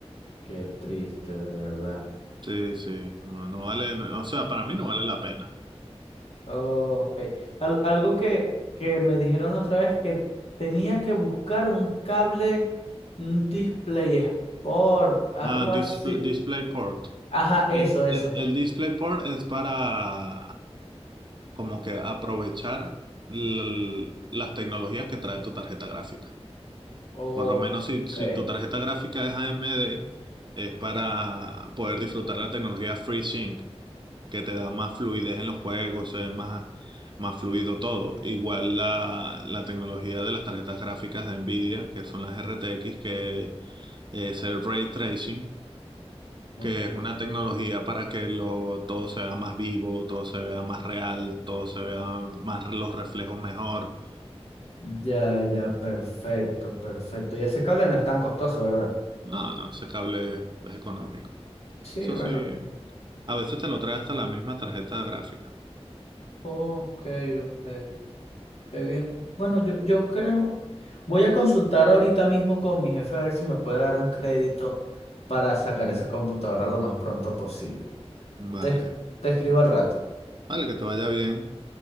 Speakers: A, on the left; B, on the right.
A: qué triste, de verdad.
B: Sí, sí, no, no vale, no- o sea, para mí no vale la pena.
A: Ok. Al- algo que, que me dijeron la otra vez que tenía que buscar un cable, un display sport, algo
B: Ah, display,
A: así.
B: DisplayPort.
A: Ajá, eso,
B: Eh,
A: eso.
B: eh, El DisplayPort es para como que aprovechar l- las tecnologías que trae tu tarjeta gráfica.
A: Ok.
B: Por lo menos si, si tu tarjeta gráfica es AMD, es para poder disfrutar la tecnología FreeSync, que te da más fluidez en los juegos, se ve más, más fluido todo. Igual la, la tecnología de las tarjetas gráficas de Nvidia, que son las RTX, que es el ray tracing
A: ok.
B: que es una tecnología para que lo, todo se vea más vivo, todo se vea más real, todo se vea más los reflejos mejor.
A: Ya, ya, perfecto, perfecto. Y ese cable no es tan costoso, ¿verdad?
B: No, no, ese cable es económico.
A: Sí,
B: Eso
A: bueno.
B: sí, a veces te lo trae hasta la misma tarjeta gráfica.
A: Ok, ok. Qué bien. Bueno, yo, yo creo. Voy a consultar ahorita mismo con mi jefe a ver si me puede dar un crédito para sacar esa computadora lo más pronto posible.
B: Vale,
A: Te, es- te escribo al rato.
B: vale, que te vaya bien.